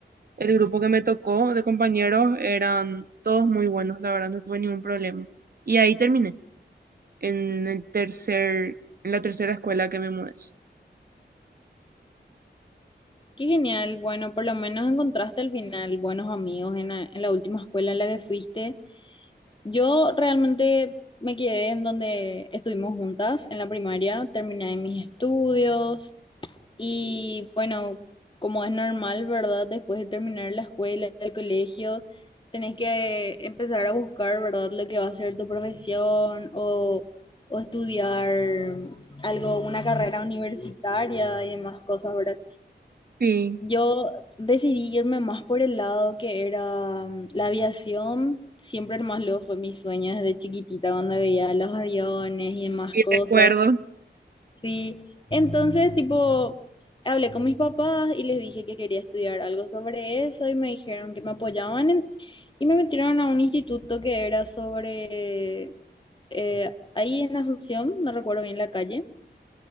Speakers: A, on the right; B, on the left.
A: El grupo que me tocó de compañeros eran todos muy buenos, la verdad, no tuve ningún problema. Y ahí terminé, en el tercer, en la tercera escuela que me mudé.
B: Qué genial, bueno, por lo menos encontraste al final buenos amigos en la, en la última escuela en la que fuiste. Yo realmente me quedé en donde estuvimos juntas en la primaria, terminé mis estudios y bueno, como es normal, ¿verdad? Después de terminar la escuela, el colegio, tenés que empezar a buscar, ¿verdad? Lo que va a ser tu profesión o, o estudiar algo, una carrera universitaria y demás cosas, ¿verdad?
A: Sí,
B: Yo decidí irme más por el lado que era mm, la aviación. Siempre más luego fue mi sueño desde chiquitita cuando veía los aviones y demás
A: y
B: cosas.
A: recuerdo.
B: Sí. Entonces, tipo, hablé con mis papás y les dije que quería estudiar algo sobre eso y me dijeron que me apoyaban en- y me metieron a un instituto que era sobre eh, ahí en Asunción, no recuerdo bien la calle